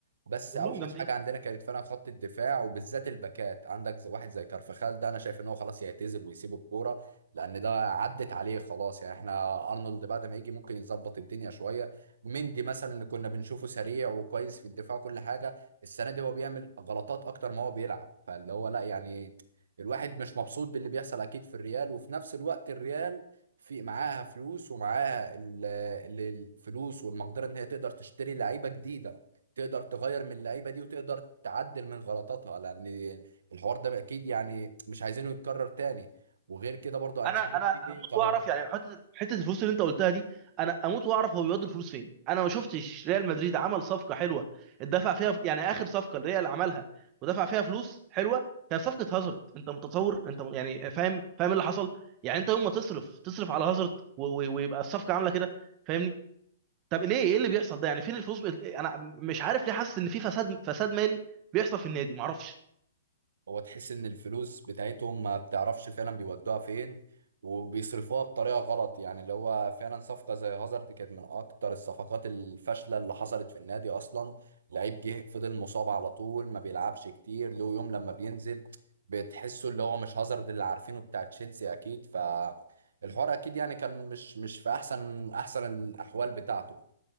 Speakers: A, on the right; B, on the right.
A: بس
B: كلهم
A: اوحش
B: جامدين
A: حاجه عندنا كانت فعلا خط الدفاع وبالذات الباكات عندك زي- واحد زي كارفخال ده انا شايف ان هو خلاص يعتزل ويسيب الكوره لان ده عدت عليه خلاص يعني احنا ارنولد بعد ما يجي ممكن يظبط الدنيا شويه مندي مثلا اللي كنا بنشوفه سريع وكويس في الدفاع وكل حاجه السنه دي هو بيعمل غلطات اكتر ما هو بيلعب فاللي هو لا يعني الواحد مش مبسوط باللي بيحصل اكيد في الريال وفي نفس الوقت الريال في معاها فلوس ومعاها ال- ال- الفلوس والمقدره ان هي تقدر تشتري لعيبه جديده تقدر تغير من اللعيبه دي وتقدر تعدل من غلطاتها لان الحوار ده اكيد يعني مش عايزينه يتكرر تاني وغير كده برضو انشيلوتي
B: انا انا هموت
A: قرارات
B: واعرف يعني حته حته الفلوس اللي انت قلتها دي انا اموت واعرف هو بيودي الفلوس فين انا ما شفتش ريال مدريد عمل صفقه حلوه اتدفع فيها يعني اخر صفقه الريال عملها ودفع فيها فلوس حلوه كان صفقه هازارد انت متصور انت م- يعني فاهم فاهم اللي حصل يعني انت يوم ما تصرف تصرف على هازارد و- و- ويبقى الصفقه عامله كده فاهمني طب ليه ايه اللي بيحصل ده يعني فين الفلوس انا مش عارف ليه حاسس ان في فساد فساد مالي بيحصل في النادي معرفش
A: هو تحس ان الفلوس بتاعتهم ما بتعرفش فعلا بيودوها فين وبيصرفوها بطريقه غلط يعني اللي هو فعلا صفقه زي هازارد كانت من اكتر الصفقات الفاشله اللي حصلت في النادي اصلا لعيب جه فضل مصاب على طول ما بيلعبش كتير له يوم لما بينزل بتحسه اللي هو مش هازارد اللي عارفينه بتاع تشيلسي اكيد ف الحوار اكيد يعني كان مش مش في احسن احسن الاحوال بتاعته